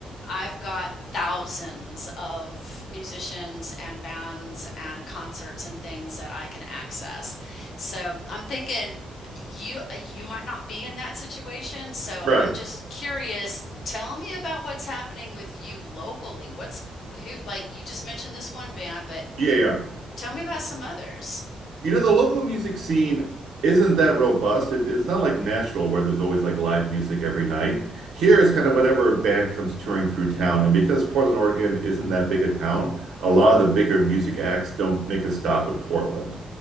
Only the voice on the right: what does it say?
Right.
Yeah, yeah.
You know, the local music scene isn't that robust. It, it's not like Nashville where there's always like live music every night. Here is kind of whatever band comes touring through town. And because Portland, Oregon isn't that big a town, a lot of the bigger music acts don't make a stop in Portland.